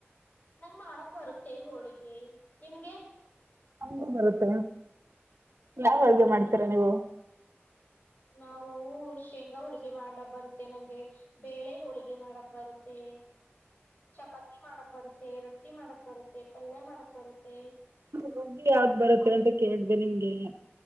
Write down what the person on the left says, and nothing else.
ನಂಗ್ ಮಾಡಕ್ ಬರುತ್ತೆ ಹೋಳಿಗೆ ನಿಮ್ಗೆ.
ಹೌದಾ
ನಾವು ಶೇಂಗಾ ಹೋಳ್ಗೆ ಮಾಡಕ್ ಬರುತ್ತೆ ನಂಗೆ. ಬೇಳೆ ಹೋಳಿಗೆ ಮಾಡಕ್ ಬರುತ್ತೆ. ಚಪಾತಿ ಮಾಡಕ್ ಬರುತ್ತೆ ರೊಟ್ಟಿ ಮಾಡಕ್ ಬರುತ್ತೆ ಪಲ್ಯ ಮಾಡಕ್ ಬರುತ್ತೆ.